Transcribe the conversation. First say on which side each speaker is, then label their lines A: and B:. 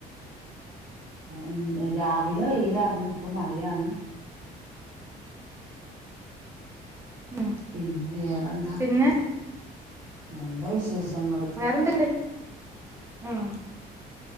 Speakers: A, on the right (about 50°); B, on the right (about 15°).
A: ഏ രാവിലെ വെയിലർന്ന് ഇപ്പൊ മഴയാണ്
B: ഉം
A: പിന്നെ വേറെന്താ
B: പിന്നെ
A: നല്ല വിശേഷങ്ങള്
B: വേറെന്ത്ണ്ട് ഉം